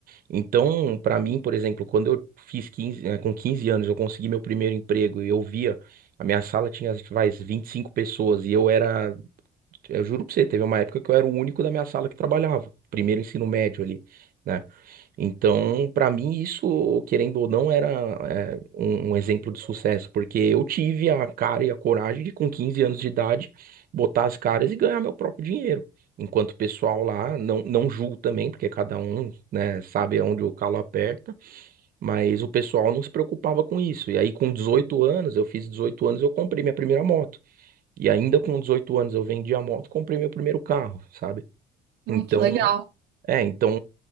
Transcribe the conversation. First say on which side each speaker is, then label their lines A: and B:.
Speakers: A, on the right; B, on the right.
A: Então, pra mim, por exemplo, quando eu fiz 15, eh, com 15 anos, eu consegui meu primeiro emprego e eu via, a minha sala tinha, vai, 25 pessoas e eu era, eu juro pra você, teve uma época que eu era o único da minha sala que trabalhava, primeiro ensino médio ali. né? Então, para mim, isso, querendo ou não, era é, um, um exemplo de sucesso, porque eu tive a cara e a coragem de, com 15 anos de idade, botar as caras e ganhar meu próprio dinheiro. Enquanto o pessoal lá, não, não julgo também, porque cada um, né, sabe onde o calo aperta, mas o pessoal não se preocupava com isso. E aí, com 18 anos, eu fiz 18 anos, eu comprei minha primeira moto. E ainda com 18 anos, eu vendi a moto, e comprei meu primeiro carro, sabe? Então.
B: Ai, que legal.
A: É, então,